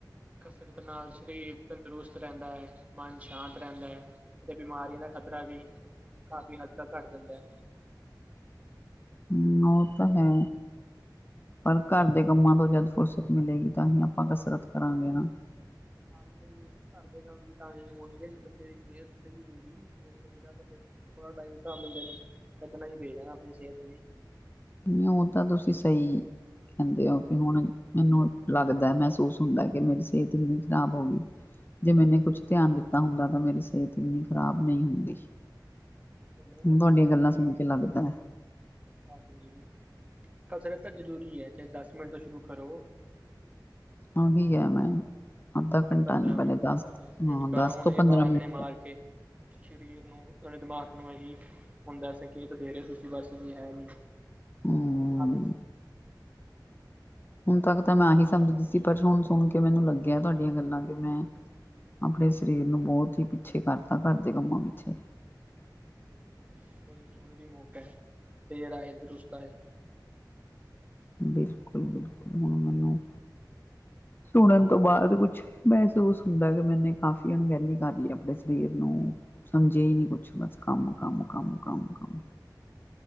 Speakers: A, on the right (about 20°); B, on the left (about 30°).
A: ਕਸਰਤ ਨਾਲ ਸਰੀ ਤੰਦਰੁਸਤ ਰਹਿੰਦਾ ਐ, ਮਨ ਸ਼ਾਂਤ ਰਹਿੰਦਾ 'ਤੇ ਬਿਮਾਰੀਆਂ ਦਾ ਖ਼ਤਰਾ ਵੀ ਕਾਫ਼ੀ ਹੱਦ ਤੱਕ ਘੱਟ ਜਾਂਦਾ ਐ।
B: ਹੂੰ ਨੋ ਤਾਂ ਹੈ। ਪਰ ਘਰ ਦੇ ਕੰਮਾਂ ਤੋਂ ਜਦ ਫੁਰਸਤ ਮਿਲੇਗੀ ਤਾਂ ਹੀ ਆਪਾਂ ਕਸਰਤ ਕਰਾਂਗੇ ਨਾ।
A: ਕੰਮ ਵੀ ਘਰ ਦੇ ਕੰਮ ਵੀ ਤਾਂ ਹੀ ਹੋਣਗੇ ਜੀ ਬੰਦੇ ਦੀ ਸੇਹਤ ਸਈ ਹੋਏਗੀ ਸੇਤ ਤੋਂ ਬਿਨਾਂ ਤਾਂ ਫਿਰ ਥੋੜਾ ਟਾਈਮ ਤਾਂ ਬੰਦੇ ਨੂੰ ਕੱਢਣਾ ਈ ਪਏਗਾ ਨਾ ਆਪਣੀ ਸੇਅਤ ਲਈ।
B: ਨੀ ਓ ਤਾਂ ਤੁਸੀਂ ਸਈ ਕਹਿੰਦੇ ਓ ਕਿ ਹੁਣ ਮੈਨੂੰ ਲੱਗਦਾ ਮਹਿਸੂਸ ਹੁੰਦਾ ਕਿ ਮੇਰੀ ਸੇਤ ਇੰਨੀ ਖ਼ਰਾਬ ਹੋਗੀ। ਜੇ ਮੈਨੇ ਕੁਛ ਧਿਆਨ ਦਿੱਤਾ ਹੁੰਦਾ ਤਾਂ ਮੇਰੀ ਸੇਤ ਇੰਨੀ ਖ਼ਰਾਬ ਨਈ ਹੁੰਦੀ।
A: ਚਲੋ
B: ਤੁਹਾਡੀਆਂ
A: ਹਜੇ ਵੀ ਮੌਕਾ
B: ਗੱਲਾਂ ਸੁਣ
A: ਹੈ
B: ਕੇ ਲੱਗਦਾ ਐ।
A: ਹਾਂਜੀ, ਕਸਰਤ ਤਾਂ ਜ਼ਰੂਰੀ ਐ ਚਾਹੇ ਦਸ ਮਿੰਟ ਤੋਂ ਸ਼ੁਰੂ ਕਰੋ।
B: ਓ ਵੀ ਐ ਮੈਂ। ਅੱਧਾ ਘੰਟਾ
A: ਪੰਦਰਾਂ
B: ਨੀ ਪਹਿਲੇ
A: ਮਿੰਟ ਕਰੋ, ਦਸ ਮਿੰਟ
B: ਹਾਂ
A: ਕਰੋ
B: ਦਸ
A: ਹੁਣੇ
B: ਤੋਂ ਪੰਦਰਾਂ
A: ਬਹਾਨੇ
B: ਮਿੰਟ
A: ਮਾਰ ਕੇ ਸਰੀਰ ਨੂੰ ਹੁਣੇ ਦਿਮਾਗ ਨੂੰ ਅਹੀ ਹੁੰਦਾ ਸੰਕੇਤ ਦੇ ਰੇ ਓ ਤੁਸੀਂ ਬਸ ਵੀ ਹੈ ਨੀ,
B: ਹਮ
A: ਆ ਲੋ।
B: ਹੁਣ ਤੱਕ ਤਾਂ ਮੈਂ ਆ ਹੀ ਸਮਝਦੀ ਸੀ ਪਰ ਹੁਣ ਸੁਣ ਕੇ ਮੈਨੂੰ ਲੱਗਿਆ ਤੁਹਾਡੀਆਂ ਗੱਲਾਂ ਕੇ ਮੈਂ ਆਪਣੇ ਸਰੀਰ ਨੂੰ ਬੋਤ ਹੀ ਪਿੱਛੇ ਕਰਤਾ ਘਰ ਦੇ ਕੰਮਾਂ ਪਿੱਛੇ।
A: ਹਾਂਜੀ ਕੋਈ ਨੀ ਹੁਣ ਵੀ ਮੌਕਾ ਐ, ਦੇਰ ਆਏ, ਦਰੁਸਤ ਆਏ।
B: ਬਿਲਕੁੱਲ-ਬਿਲਕੁੱਲ ਹੁਣ ਮੈਨੂੰ, ਸੁਣਨ ਤੋਂ ਬਾਅਦ ਕੁਛ ਮਹਿਸੂਸ ਹੁੰਦਾ ਕੇ ਮੈਨੇ ਕਾਫ਼ੀ ਅਣਗਹਿਲੀ ਕਰ ਲੀ ਆਪਣੇ ਸਰੀਰ ਨੂੰ। ਸਮਝੇ ਈ ਨੀ ਕੁੱਛ ਬਸ ਕੰਮ-ਕੰਮ-ਕੰਮ-ਕੰਮ-ਕੰਮ।